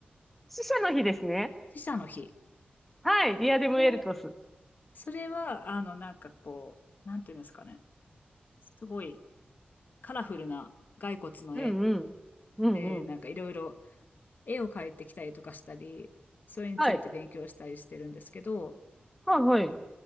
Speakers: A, in the centre; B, on the left.
A: 死者の日ですね。
B: 死者の日。
A: はい。ディアデムエルトス。
B: まあそれは、あの、なんかこう、なんていうんですかね。すごいカラフルな骸骨の絵
A: うんうん。うんうん。
B: で、なんかいろいろ絵を描いてきたりとかしたり、それについて勉強したりしてるんですけど、
A: はい。はいはい。